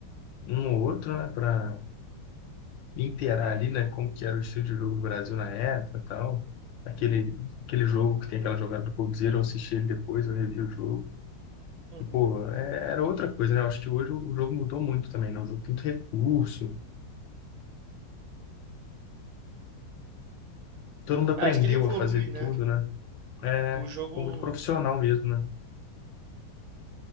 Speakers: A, on the left; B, on the right.
A: um ou outro, né, para inteirar ali, né, como que era o estilo de jogo do Brasil na época, e tal. Aquele aquele jogo que tem aquela jogada do Coldzera, eu assisti ele depois, eu revi o jogo.
B: Uhum.
A: E, pô, é- era outra coisa, né? Eu acho que hoje o jogo mudou muito também, né? O jogo tem muito recurso, todo mundo aprendeu
B: Ah, acho que ele evolui,
A: a fazer
B: né?
A: tudo, né? É,
B: O jogo
A: ficou muito profissional mesmo, né?